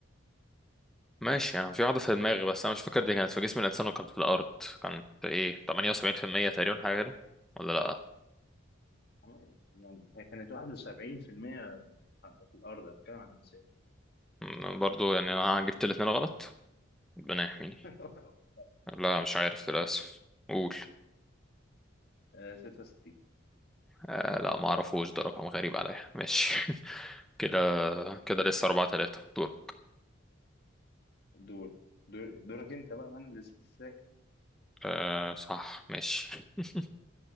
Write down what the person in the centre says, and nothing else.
ماشي أنا في واحدة في دماغي بس أنا مش فاكر دي كانت في جسم الإنسان وكانت في الأرض كانت إيه تمانية وسبعين في المية تقريبا حاجة كده ولا لأ
م- برضه يعني أنا جبت الاتنين غلط ربنا يحميني
لا مش عارف للأسف قول
آه لا معرفوش ده رقم غريب عليا ماشي <laughs> كده كده لسه أربعة تلاتة دور
آه صح ماشي <laughs>